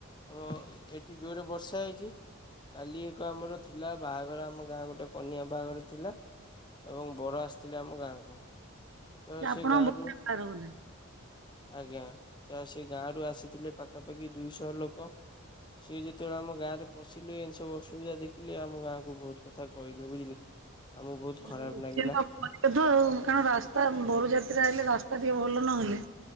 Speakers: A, on the left; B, on the right.
A: ଆମ ଏଠି ଜୋରରେ ବର୍ଷା ହେଇଛି। କାଲି ଏକ ଆମର ଥିଲା ବାହାଘର ଆମ ଗାଁ ଗୋଟେ। କନିଆ ବାହାଘର ଥିଲା ଏବଂ ବର ଆସିଥିଲା ଆମ ଗାଁକୁ। ତ
B: ଆପଣଙ୍କ
A: ସେ ଗାଁ
B: ଭୋଟ
A: ରୁ
B: ଗାଁରେ ବୋଧେ?
A: ଆଜ୍ଞା ତ ସେ ଗାଁ ରୁ ଆସିଥିଲେ ପାଖାପାଖି ଦୁଇଶହ ଲୋକ। ସିଏ ଯେତେବେଳେ ଆମ ଗାଁରେ ପଶିଲେ ଏମିତି ସବୁ ଅସୁବିଧା ଦେଖିଲେ ଆମ ଗାଁକୁ ବହୁତ କଥା। କହିଲେ ବୁଝିଲେ। ଆମକୁ ବହୁତ
B: ଆଉ
A: ଖରାପ ଲାଗିଲା
B: କାରଣ ରାସ୍ତା ବର ଯାତ୍ରୀ ଆଇଲେ ରାସ୍ତା ଟିକେ ଭଲ ନହେଲେ